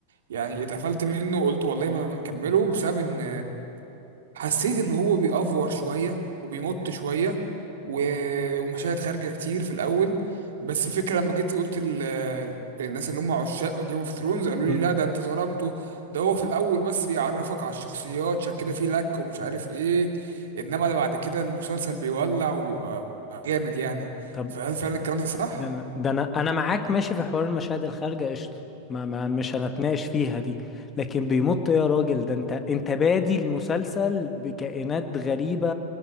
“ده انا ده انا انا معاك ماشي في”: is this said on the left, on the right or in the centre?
Left